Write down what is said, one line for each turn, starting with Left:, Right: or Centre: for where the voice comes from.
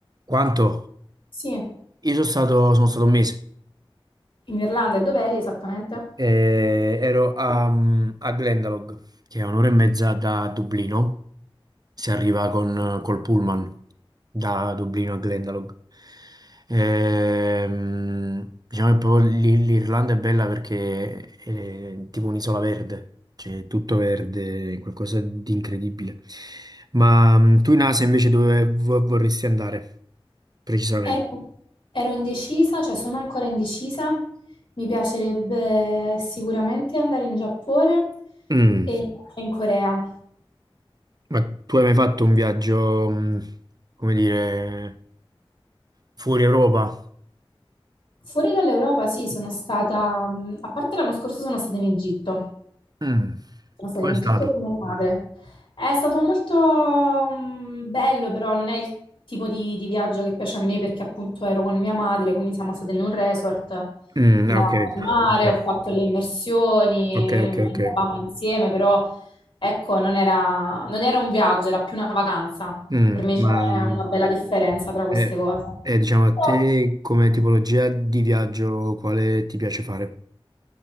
Right: quanto?
Left: Sì.
Right: Io sono stato, sono stato un mese,
Left: In Irlanda e dov'eri esattamente?
Right: Eh, ero a, mh, a Glendalough, che è un'ora e mezza da Dublino, si arriva con, col pullman da Dublino a Glendalough. Ehm, diciamo che proprio l'I- l'Irlanda è bella perché è tipo un'isola verde, cioè è tutto verde, è qualcosa di incredibile. Ma mm, tu in Asia invece dove vo- vorresti andare precisamente?
Left: Ero, ero indecisa, cioè sono ancora indecisa. Mi piacerebbe sicuramente andare in Giappone
Right: Mm,
Left: e in Corea.
Right: Ma tu hai mai fatto un viaggio, mm, come dire, fuori Europa?
Left: Fuori dall'Europa, sì, sono stata, mh, a parte l'anno scorso sono stata in Egitto,
Right: Mm,
Left: Sono stata
Right: Come
Left: in
Right: è
Left: Egitto
Right: stato?
Left: con mia madre. È stato molto mm, bello, però non è il tipo di, di viaggio che piace a me perché appunto ero con mia madre, quindi siamo state in un resort,
Right: Mm,
Left: andavamo
Right: ah, ok,
Left: al mare,
Right: ok.
Left: ho fatto le immersioni,
Right: Ok, ok,
Left: mangiavamo
Right: ok.
Left: insieme, però ecco, non era, non era un viaggio, era più una vacanza.
Right: Mm,
Left: Per me
Right: ma
Left: c'è
Right: mm,
Left: una bella differenza tra queste
Right: e-
Left: cose.
Right: e, diciamo a
Left: Però
Right: te come tipologia di viaggio quale ti piace fare?